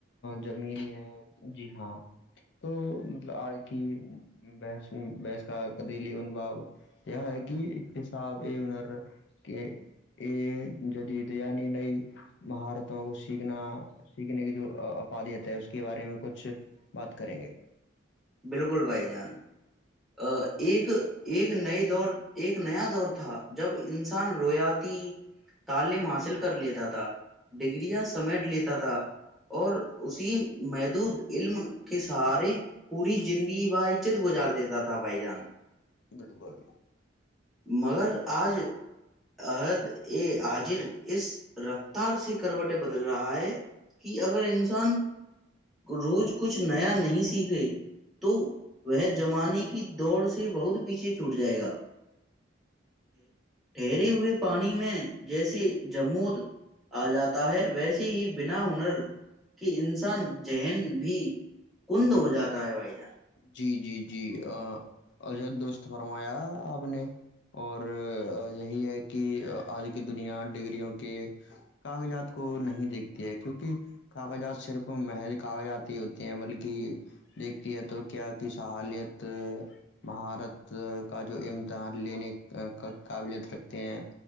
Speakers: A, on the left (about 60°); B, in the centre.
A: زمین ہے جی ہاں تو مطلب اج کی بس بس کا قدیلی انبا کیا ہے کہ ایکتساب یہ ہنر کہ یہ جدیدیعنی نہیں مہار کو سیکھنا سیکھنے کی جو افادیت ہے اس کے بارے میں کچھ بات کریں گے
B: بالکل بھائی جان ا ایک ایک نئے دور ایک نیا دور تھا جب انسان رویاتی تعلیم حاصل کر لیتا تھا ڈگریاں سمیٹ لیتا تھا اور اسی محدود علم کے سارے پوری زندگی و عزت گزار دیتا تھا بھائی جان
A: بالکل
B: مگر آج عد ا حاجر اس رفتار سے کروٹیں بدل رہا ہے کہ اگر انسان روز کچھ نیا نہیں سیکھے تو وہ زمانے کی دوڑ سے بہت پیچھے چھوٹ جائے گا ٹھہرے ہوئے پانی میں جیسی جمود آ جاتا ہے ویس ہی بنا ہنر کی انسان ذہن بھی کند ہو جاتا ہے بھائی جان
A: جی جی جی اجر درست فرمایا آپ نے اور یہی ہے کہ آج کی دنیا ڈگریوں کے کاغذات کو نہیں دیکھتی ہے کیونکہ کاغذات صرف محض کاغذات ہی ہوتے ہیں بلکہ دیکھتی ہے تو کیا کی صہالیت مہارت کا جو امتحان لینے قابلیت رکھتے ہیں